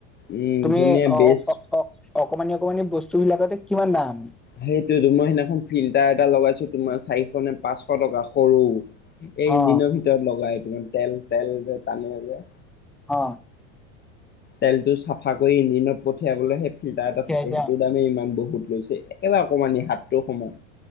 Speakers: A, on the left; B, in the centre.
A: উম
B: তুমি
A: ধুনীয়া
B: অ
A: বেচ
B: অ ক'ক অঅ অকণমানি অকণমানি বস্তুবিলাকতে কিমান দাম।
A: সেইটোৱেইটো মই সেইদিনাখন ফিল্টাৰ এটা লগাইছো তোমাৰ চাৰিশ নে পাঁচশ টকা সৰু। এই ইঞ্জিনৰ
B: অ
A: ভিতৰত লগাই তোমাৰ তেল তেল যে টানে যে।
B: অ।
A: তেলটো চফা কৰি ইঞ্জিনত পঠিয়াবলৈ সেই ফিল্টাৰ
B: পঠিয়াই
A: এটা থাকে
B: দিয়া
A: সেইটোৰ দামেই ইমান বহুত লৈছে। একেবাৰে অকমানি হাতটো সমান।